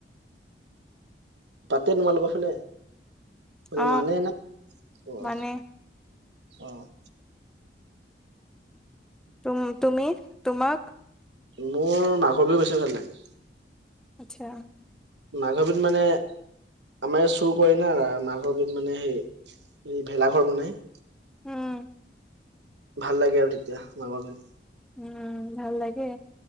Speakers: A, on the right; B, in the centre.
A: পাতে তোমালোকৰ ফালে মানে
B: অ
A: মানে ন অ',
B: মানে
A: অ',
B: তুম-তুমি তোমাক
A: মোৰ মাঘৰ বিহু বেছি ভাল লাগে।
B: আচ্ছা',
A: মাঘৰ বিহুত মানে আমাৰ ইয়াত চুৰ কৰে না মাঘৰ বিহুত মানে সেই ভেলাঘৰ বনাই।
B: উম,
A: ভাল লাগে আৰু তেতিয়া মাঘৰ বিহু।
B: উম, ভাল লাগে।